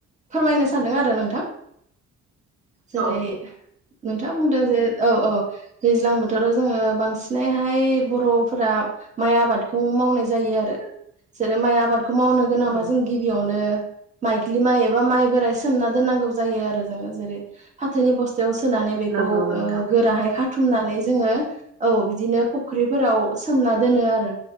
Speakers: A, on the right (about 25°); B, on the right (about 75°).
A: फोरमायनो सानदों आरो नोंथां जेरै
B: औ
A: नोंथाङा बुंदों जे औ औ दैज्लां बोथोराव जोंङो बांसिन हाय बर'फोरा माइ आबादखौ मावनाय जायो आरो जेरै माइ आबाद बेखौ मावनो गोनांबा
B: औ
A: जों गिबियावनो माइग्लि माइ एबा माइ बोराइ सोमना दोननांगौ जायो आरो जोंङो जेरै फाथोनि बुस्था थियाव सोनानै बेखौ
B: नंगौ नोंथां
A: ओ गोराहाय खाथुमनानै जोंङो औ बिदिनो फुख्रिफोराव सोमना दोनो आरो